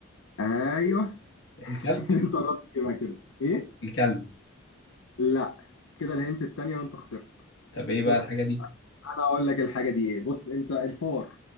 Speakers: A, on the left; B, on the left.
A: ايوه
B: الكلب
A: <laughs> انت قربت تجيبها كده ايه
B: الكلب
A: لا كده الهنت التانيه وانت خسرت
B: طب ايه بقى
A: بص
B: الحاجة دي؟
A: انا اقول لك الحاجه دي ايه بص انت الفار